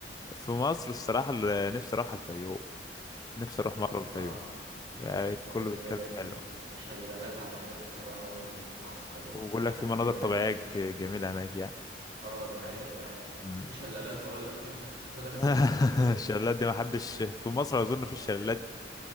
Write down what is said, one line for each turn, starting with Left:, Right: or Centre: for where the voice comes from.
Left: في مصر الصراحه اللي نفسي اروح الفيوم نفسي اروح
Right: رحتها
Left: مره الفيوم
Right: يسر
Left: يعني
Right: في
Left: كله
Right: يوم جميلة
Left: بيتكلم
Right: جدا
Left: حلو
Right: وشلالات على فكرة بقى ومعسكر وبتاع
Left: وبقول لك
Right: كانت
Left: في مناظر
Right: جميلة
Left: طبيعية
Right: جدا
Left: ك- جميلة هناك يعني
Right: اه دي حقيقة فعلا
Left: مم.
Right: في شلالات بقول لك في <laughs> شلالات
Left: <laughs>
Right: هناك في الفيوم
Left: الشلالات دي ما حدش في مصر أظن في الشلالات